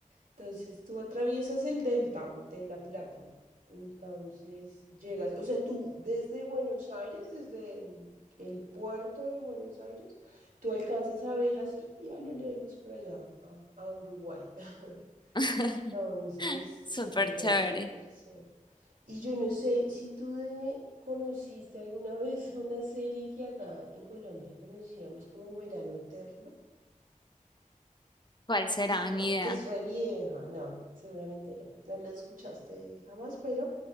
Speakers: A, on the right; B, on the left.
A: Entonces tú atraviesas el delta de La Plata. Entonces llegas, o sea, tú desde Buenos Aires, desde mm, el puerto de Buenos Aires, tú alcanzas a ver así a lo lejos por allá, a, a Uruguay. <laughs>
B: <laughs>
A: Entonces sí
B: Súper
A: te quedas
B: chévere.
A: súper cerca. Y yo no sé si tú de- conociste alguna <laughs> vez una serie que acá en Colombia conocíamos como Verano Eterno.
B: ¿Cuál será?
A: Es,
B: Ni
A: e-
B: idea.
A: es re vieja. No, seguramente no. No la escuchaste jamás, pero